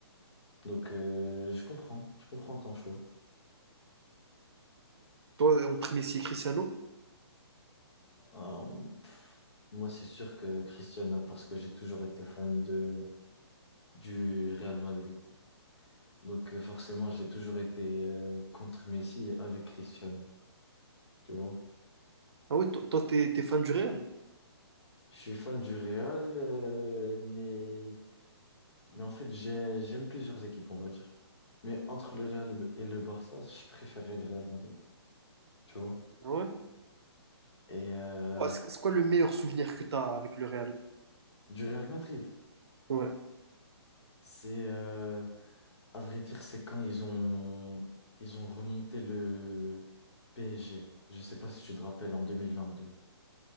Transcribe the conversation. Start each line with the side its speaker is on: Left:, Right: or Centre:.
Left: Donc, euh, je comprends. Je comprends ton choix.
Right: Toi, entre Messi et Cristiano,
Left: Euh, moi, c'est sûr que Cristiano, parce que j'ai toujours été fan de, du Real Madrid. Donc, euh, forcément, j'ai toujours été euh, contre Messi et avec Cristiano. Tu vois?
Right: ah ouais, toi, toi, t'es, t'es fan du Real?
Left: Je suis fan du Real, euh, mais. Mais en fait, j'ai- j'aime plusieurs équipes, on va dire. Mais entre le Real et le et le Barça, je préférais le Real Madrid, tu vois.
Right: Ah Ouais.
Left: Et euh,
Right: Quoi, C'est c'est quoi le meilleur souvenir que t'as avec le Real?
Left: du Real Madrid,
Right: Ouais.
Left: c'est, euh, à vrai dire, c'est quand ils ont, ils ont remonté le PSG. Je sais pas si tu te rappelles, en 2022.